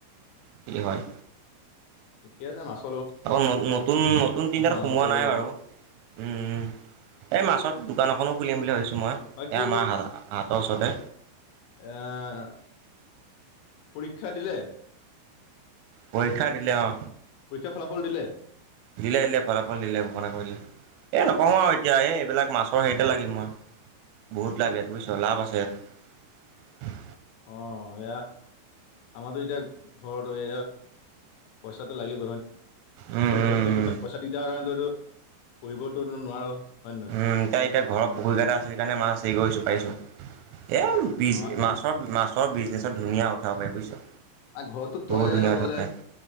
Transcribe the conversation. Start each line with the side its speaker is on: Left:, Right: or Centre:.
Right: কি হয়
Left: ঠিকে আছে মাছ
Right: আকৌ নতুন নতুন তিনিটাত
Left: আৰম্ভ
Right: সোমোৱা
Left: কৰিব
Right: নাই
Left: লাগিব
Right: বাৰু উম এই মাছত দোকান এখনো খুলিম বুলি ভাবিছো মই।
Left: বাকী
Right: এই আমাৰ হ হাটৰ ওচৰতে
Left: আহ পৰীক্ষা দিলে?
Right: পৰীক্ষা দিলে অ
Left: পৰীক্ষা ফলাফল দিলে।
Right: দিলে দিলে ফলাফল দিলে ঘোষণ কৰিলে এ নকও আৰু এতিয়া এই এইবিলাক মাছৰ হে তে লাগিম মই বহুত লাভ ইয়াত বোইছ লাভ আছে ইয়াত
Left: অ এয়া। আমাৰো এতিয়া ঘৰত এ পইচাটো লাগিব
Right: উম উম
Left: বস্তু পইচা দিগদাৰ নাই তইটু পঢ়িবটো নোৱাৰো হয় নে
Right: উম তাই এতিয়া ঘৰৰ পুখুৰীকেইটা আছিল কাৰণে মাছ হৰি কৰিছো পাৰিছো। এ মাছৰ
Left: নহয়?
Right: মাছৰ বিজনেচত ধুনীয়া উঠাব পাৰি বুজিছ
Left: অ' ঘৰতো তইহে
Right: বহুত ধুনীয়া
Left: অকলে
Right: থাকে